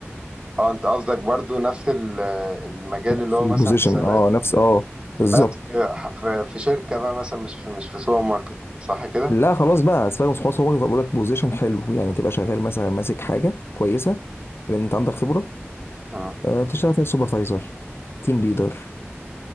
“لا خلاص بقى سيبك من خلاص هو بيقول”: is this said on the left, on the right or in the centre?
Left